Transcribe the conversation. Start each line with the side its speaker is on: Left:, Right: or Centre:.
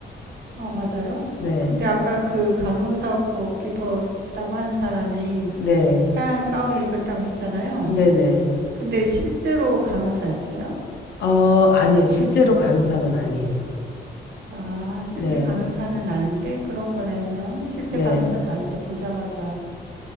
Right: 아, 맞아요?
Left: 네,
Right: 근데 아까 그 간호사복 입었다고 한 사람이
Left: 네.
Right: 하얀 가운을 입었다고 했잖아요.
Left: 네네.
Right: 근데 실제로 간호사였어요?
Left: 어 아니에요. 실제로 간호사는 아니에요.
Right: 아, 실제
Left: 네.
Right: 간호사는 아닌데 그런 거네요, 그럼. 실제
Left: 네.
Right: 간호사도 아닌데 보자마자